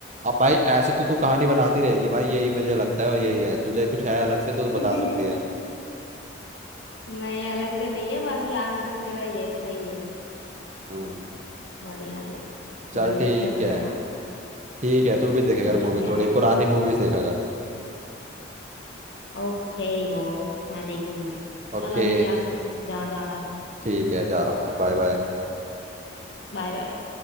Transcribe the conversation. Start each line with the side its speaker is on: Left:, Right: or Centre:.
Right: अब भाई ऐसे तो तू कहानी बनाती रहेगी भाई यही मुझे लगता है और यही है तुझे कुछ है अलग से तो तू
Left: <laughs>
Right: बता सकती है
Left: नहीं अलग से नहीं है बाकी आंसर तेरा ये सही है
Right: हम्म
Left: बढ़िया जी
Right: चल
Left: बढ़िया
Right: ठीक
Left: क्या तूने
Right: है
Left: हाँ
Right: ठीक है तू भी देखेगा
Left: ठीक
Right: मूवी
Left: है
Right: थोड़ी पुरानी मूवीज देखा कर
Left: ओके बॉस मैं देखूंगी
Right: ओके
Left: चल अभी जा तू जहाँ जा रहा था
Right: ठीक है जा रहा हूँ मैं बाय बाय
Left: Bye bye